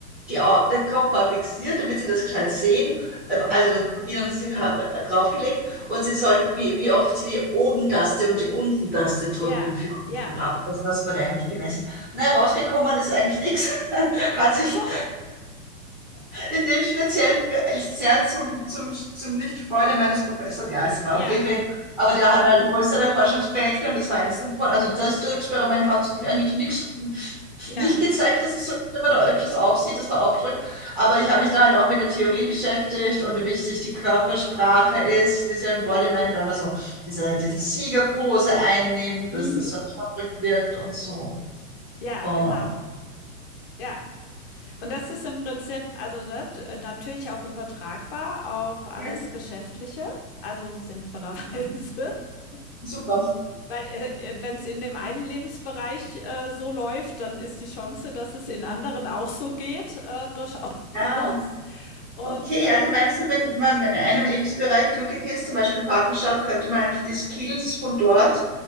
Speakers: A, in the centre; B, on the left (about 40°).
A: die Au der Kopf war fixiert, damit sie das gescheit sehen. Ähm,
B: ja,
A: Also von ihnen haben sie ha- draufgelegt und sie sollten, wie, wie oft sie die Oben-Taste und die Unten-Taste drücken
B: ja,
A: für
B: ja,
A: unten ab. Das, das wurde eigentlich gemessen. Na, rausgekommen ist eigentlich nichts. <laughs> Hat sich,
B: ach so,
A: in dem speziellen sehr zum, zum, zum nicht Freude meines Professors. Ja, es war
B: ja,
A: okay für ihn. Aber der hat halt größere Forschungsprojekte und das war eins davon. Also das Experiment hat eigentlich nichts
B: ja,
A: nicht gezeigt, dass es so ist, wenn man da öfters aufsieht, dass man aufdrückt. Aber ich habe mich da halt auch mit der Theorie beschäftigt und wie wichtig die Körpersprache ist, diese Embodiment, wenn man so diese, diese Siegerpose einnimmt,
B: mhm,
A: dass das dann schon rückwirkt und so.
B: ja,
A: Oh.
B: genau, ja. Und das ist im Prinzip, also ne, d- natürlich auch übertragbar auf alles
A: Ja,
B: Geschäftliche, also sinnvollerweise. <laughs>
A: super.
B: Weil äh, wenn es in dem einen Lebensbereich äh, so läuft, dann ist die Chance, dass es in anderen auch so geht, äh, durchaus <laughs> groß.
A: Ja.
B: Und
A: Okay,
B: ähm,
A: also meinst du, wenn man in einem Lebensbereich glücklich ist, zum Beispiel Partnerschaft, könnte man eigentlich die Skills von dort